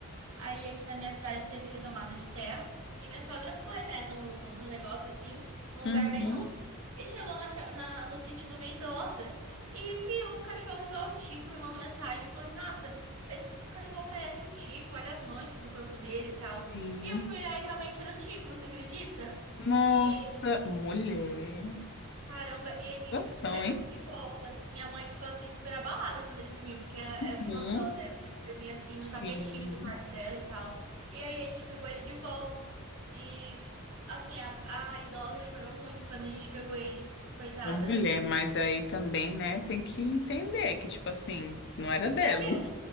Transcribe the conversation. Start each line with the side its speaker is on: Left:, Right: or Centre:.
Right: Aí aqui na minha cidade teve retomada de terra e minha sogra foi, né, num, num negócio assim, num
Left: Uhum,
Right: lugar bem longe. E chegou na, ca- na- no sítio de uma idosa e viu um cachorro igual o Tico e me mandou mensagem, e falou, Renata, esse cachorro parece o Tico, olha as manchas no corpo dele e tal.
Left: sim.
Right: E eu fui lá e realmente era o Tico, você acredita?
Left: Nossa,
Right: E
Left: mulher.
Right: caramba, e
Left: Que
Right: a gente
Left: situação,
Right: pegou
Left: hein?
Right: ele de volta. Minha mãe ficou assim super abalada quando ele sumiu, porque era
Left: Uhum.
Right: o xodó Dormia assim no
Left: Sim,
Right: tapetinho do quarto dela e tal. E aí a gente pegou ele de volta. E assim, a, a idosa chorou muito quando a gente pegou ele, coitada.
Left: uma mulher, mas aí também, né, tem que entender que, tipo assim, não era dela.
Right: É meu.